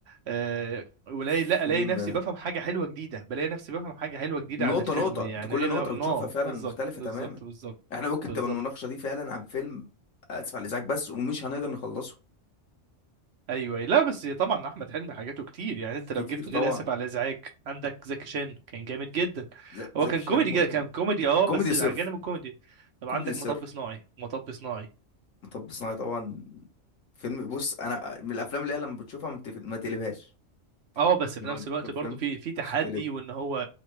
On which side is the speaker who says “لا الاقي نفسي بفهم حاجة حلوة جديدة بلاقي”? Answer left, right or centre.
Right